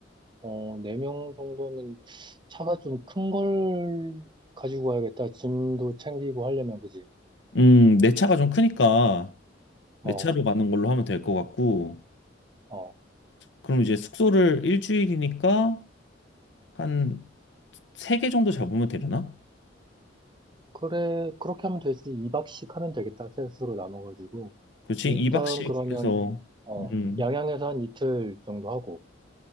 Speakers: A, on the right; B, on the left.
A: 어, 네 명 정도면 차가 좀 큰 걸 가지고 가야겠다. 짐도 챙기고 하려면, 그지?
B: 음, 내 차가 좀 크니까 내
A: 어,
B: 차로 가는 걸로 하면 될 것 같고
A: 어,
B: 그럼 이제 숙소를 일주일이니까 한 3개 정도 잡으면 되려나?
A: 그래, 그렇게 하면 되지. 2박씩 하면 되겠다. 셋으로 나눠가지고.
B: 그렇지
A: 일단
B: 2박씩
A: 그러면,
B: 해서
A: 어,
B: 음,
A: 양양에서 한 이틀 정도 하고,